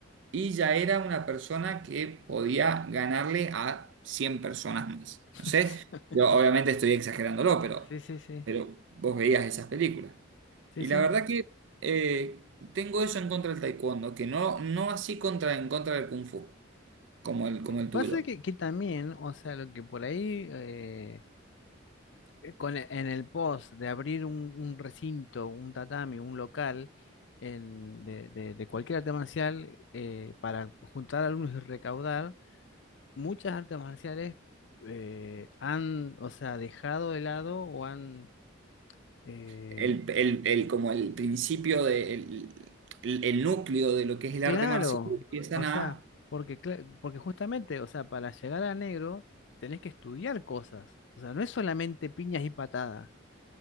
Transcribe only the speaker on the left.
<laughs>
Sí, sí, sí,
sí,
sí.
Pasa
que, que también, o sea, lo que por ahí, eh, eh, con e- en el post de abrir un, un recinto, un tatami, un local en- de, de- de cualquier arte marcial eh, para juntar alumnos y recaudar, muchas artes marciales eh, han, o sea, dejado de lado o han... eh,
Claro,
o sea,
porque, cla- porque justamente, o sea, para llegar a negro tenés que estudiar cosas, o sea, no es solamente piñas y patadas,